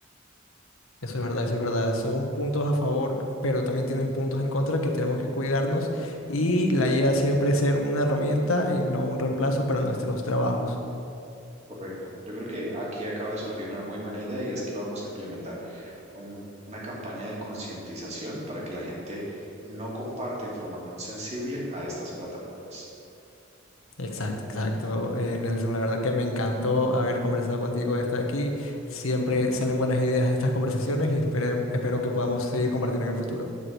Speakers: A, on the left; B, on the right.
A: Eso es verdad, eso es verdad. Son puntos a favor, pero también tienen puntos en contra que tenemos que cuidarnos y la idea siempre es ser una herramienta y no un reemplazo para nuestros trabajos.
B: Correcto. Yo creo que aquí acaba de surgir una muy buena idea y es que vamos a implementar un- una campaña de concientización para que la gente no comparta información sensible a estas plataformas.
A: Exacto, exacto. Eh, Nelson, la verdad que me encantó haber conversado contigo de esto de aquí. Siempre salen buenas ideas de estas conversaciones y espere- espero que podamos seguir compartiendo en el futuro.